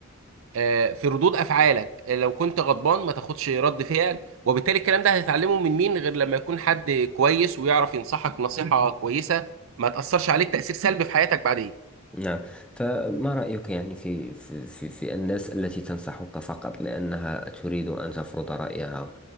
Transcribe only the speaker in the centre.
نعم فما رأيك يعني في في في, في الناس التي تنصحك فقط لأنها تريد أن تفرض رأيها